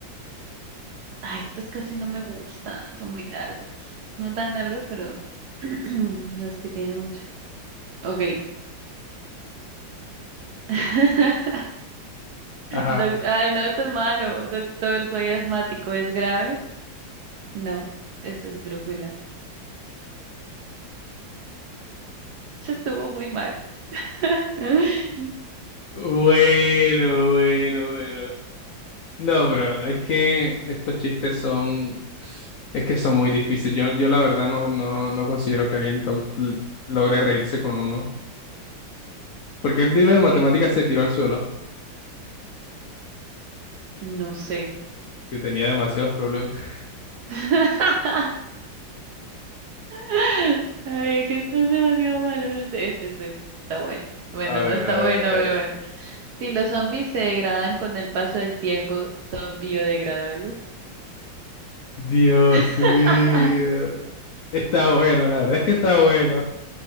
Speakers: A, on the right (about 70°); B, on the left (about 80°).
A: Ay, estos casi no me gustan. Son muy largos. No tan largos, pero <clears throat> no es que tienen mucho. Ok. <laughs>
B: ajá.
A: Doc- Ay, no, esto es malo. Doctor, soy asmático. ¿Es grave? No, eso es drújula. Eso estuvo muy mal. <laughs>
B: Bueno, bueno, bueno. No, bro, es que estos chistes son, es que son muy difíciles. Yo, yo la verdad no, no, no considero que alguien to- l- logre reírse con uno. Porque el libro
A: Ok,
B: de matemáticas se tiró al suelo,
A: no sé.
B: que tenía demasiados problemas. <laughs>
A: <laughs> <laughs> Ay, es que están demasiado malos. Este, este, este está bueno. Bueno,
B: A ver,
A: no está
B: a ver,
A: bueno,
B: a ver.
A: pero bueno. Si los zombies se degradan con el paso del tiempo, ¿son biodegradables?
B: Dios
A: <laughs>
B: mío. Está bueno, la verdad es que está bueno.